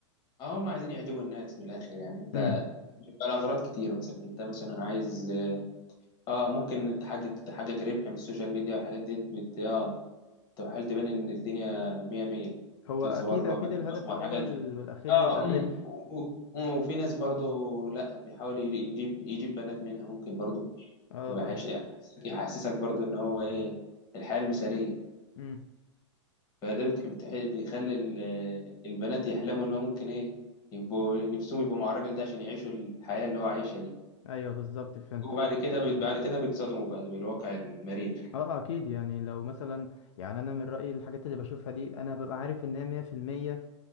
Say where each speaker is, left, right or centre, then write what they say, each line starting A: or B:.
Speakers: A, on the left; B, on the left.
A: اه هم عايزين يعجبوا الناس من الآخر يعني انت
B: امم
A: بيبقى الأغراض كتير مثلا انت مثلا عايز اه ممكن تحقق تحقق ربح من السوشيال ميديا والحاجات دي بت... اه تحاول تبان ان الدنيا مية مية
B: هو
A: تصور
B: اكيد
A: له
B: اكيد
A: اماكن
B: الهدف
A: فخمه
B: الاول
A: الحاجات دي
B: والاخير
A: اه
B: بيبقى الربح
A: امم و- و- وفي ناس برضو لا بيحاول يجيب يجيب بنات منها ممكن برضو
B: اه
A: وحش-
B: برضه
A: يحسسك برضو ان هو ايه الحياه المثاليه
B: امم
A: فده بتحب بتحب- بيخلي ال- البنات يحلموا ان هو ممكن ايه يبقوا نفسهم يبقوا مع الراجل ده عشان يعيشوا الحياه اللي هو عايشها دي
B: ايوه بالظبط فهمتك
A: وبعد كده بت- بعد كده بيتصدموا بقى بالواقع المرير
B: اه اكيد يعني لو مثلا يعني انا من رأيي الحاجات اللي بشوفها دي انا ببقى عارف ان هي 100%